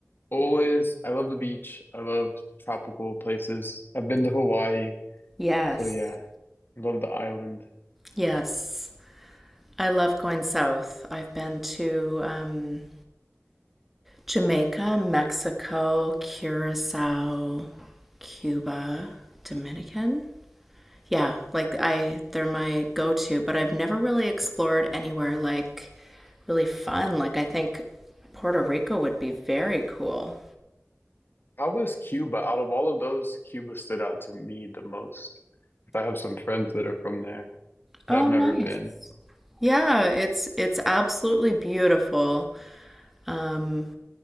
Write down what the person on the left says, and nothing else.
always, I love the beach. I love tropical places. I've been to Hawaii.
So yeah, I love the island.
How was Cuba? Out of all of those, Cuba stood out to me the most. I have some friends that are from there, but
I've never
been.